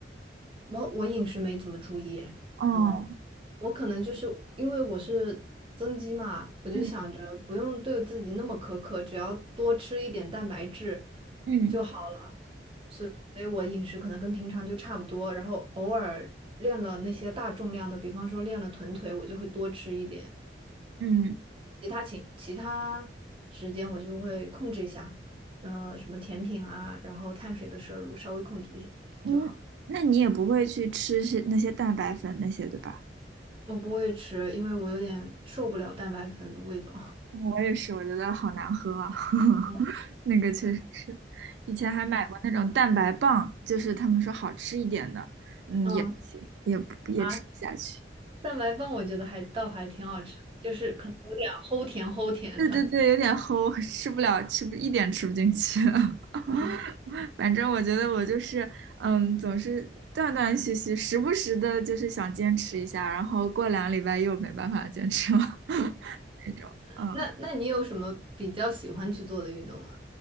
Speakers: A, on the right (about 30°); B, on the right (about 75°).
A: 我我饮食没怎么注意，
B: 哦，
A: 嗯，我可能就是因为我是增肌嘛，我就想着不用对自己那么苛刻，
B: 嗯
A: 只要多吃一点蛋白质
B: 嗯
A: 就好了，所以所以我饮食可能跟平常就差不多，然后偶尔练了那些大重量的，比方说练了臀腿，我就会多吃一点，
B: 嗯
A: 其他情其他时间我就会控制一下，呃，什么甜品啊，然后碳水的摄入稍微控制一下就好。
B: 嗯，那你也不会去吃是那些蛋白粉那些，对吧？
A: 我不会吃，因为我有点受不了蛋白粉的味道。
B: 我也是，我觉得好难喝啊，<laughs>
A: 嗯
B: 那个确实是。
A: <laughs> 对，
B: 以前还买过那种蛋白棒，就是他们说好吃一点的，嗯，
A: 嗯
B: 也不行，也不也吃不下去。
A: 啊，蛋白棒我觉得还倒还挺好吃的，就是可能有点齁甜齁甜的。
B: 对对对，有点齁，<laughs> 吃不了，吃不一点吃不进去。<laughs>
A: 嗯
B: 反正我觉得我就是，嗯，总是断断续续，时不时的就是想坚持一下，然后过两个礼拜又没办法坚持了 <laughs> 那种。
A: <laughs>，
B: 嗯，
A: 那那你有什么比较喜欢去做的运动吗？